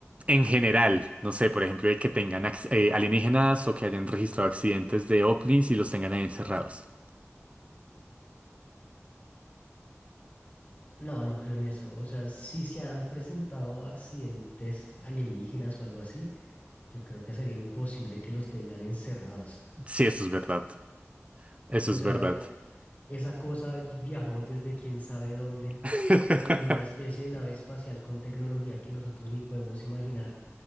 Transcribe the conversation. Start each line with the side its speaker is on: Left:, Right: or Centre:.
Right: en general? No sé, por ejemplo, de que tengan ac- eh, alienígenas o que hayan registrado accidentes de ovnis y los tengan ahí encerrados.
Left: No, no creo en eso. O sea, si se han presentado accidentes alienígenas o algo así, yo creo que sería imposible que los tengan encerrados.
Right: Sí, eso es verdad. Eso
Left: O
Right: es
Left: sea,
Right: verdad.
Left: e- esa cosa viajó desde quién sabe dónde
Right: <laughs>
Left: en una especie de nave espacial con tecnología que nosotros ni podemos imaginar.